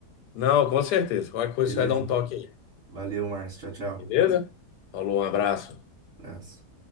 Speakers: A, on the left; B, on the right.
A: Não, com certeza. Qualquer coisa,
B: Beleza?
A: você vai dar um toque aí,
B: Valeu, Márcio. Tchau, tchau.
A: beleza? Falou, um abraço.
B: Abraço.